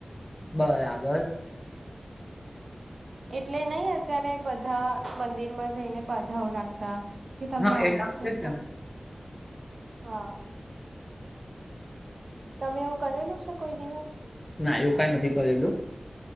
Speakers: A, on the left (about 25°); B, on the right (about 70°).
A: બરાબર
B: એટલે નહી અત્યારે બધા મંદિરમાં જઈને બાધાઓ રાખતા. કે તમે
A: હા
B: આવું
A: એટલા
B: કરશો
A: માટે જ
B: તો
A: ને
B: હા તમે એવું કરેલું છે કોઈ દિવસ
A: ના એવું કઈ નથી કરેલું